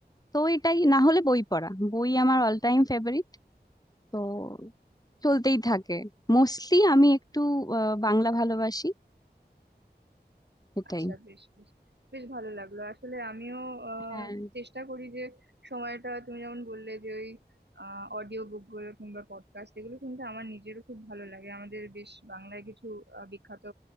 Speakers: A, on the left; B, on the right.
A: তো এটাই না হলে বই পড়া বই আমার অল টাইম ফেভারিট তো চলতেই থাকে মোস্টলি আমি একটু আহ, বাংলা ভালোবাসি এটাই
B: আচ্ছা বেশ বেশ বেশ ভালো লাগলো আসলে আমিও আহ,
A: হ্যাঁ
B: চেষ্টা করি যে সময়টা তুমি যেমন বললে যে ওই অডিও বুক গুলো কিংবা পডকাস্ট এগুলো শুনতে আমার নিজেরও খুব ভালো লাগে আমাদের বেশ বাংলায় কিছু আহ, বিখ্যাত